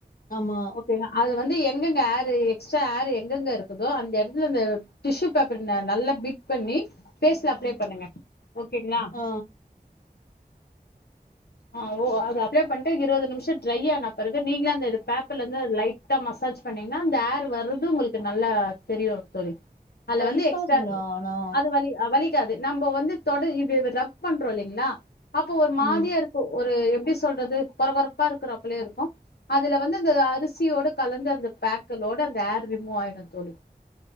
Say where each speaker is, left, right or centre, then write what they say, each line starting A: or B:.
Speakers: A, on the left (about 60°); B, on the left (about 90°).
A: ஆமா
B: ஓகேங்க அது வந்து எங்கெங்க ஆரு எக்ஸ்ட்ரா ஆர் எங்கெங்க இருக்குதோ அந்த எடத்துல அந்த டிஷ்யூ பேப் பர்ங்க நல்லா பிட் பண்ணி ஃபேஸ்ல அப்ளே பண்ணுங்க ஓகேங்ளா
A: ஆ
B: ஆ ஓ அது அப்ளை பண்ணிட்டு இருபது நிமிஷம் ட்ரை ஆன பறகு நீங்கள அந்த பேப்பர்லந்து லை ட்டா மசாஜ் பண்ணீங்கன்னா அந்த ஏர் வர்றது உங்களுக்கு நல்லா தெரியும் தோழி அல்ல
A: வலிக்காதுங்களா
B: வந்து எக்ஸ்ட்ரா
A: ஆனா?
B: அது வலி வலிக்காது நம்ம வந்து தொடர் இ ரப் பண்றோம் இல்லைங்களா அப்போ ஒரு மாதியா
A: ம்.
B: இருக் கு ஒரு எப்படி சொல்றது கொரகொரப்பா இருக்குற அப்பலயே இருக்கும் அதுல வந்து அந்த அரிசியோட கலந்த அந்த பேக்களோட அந்த ஏர் ரிமூவ் ஆயிடும் தோழி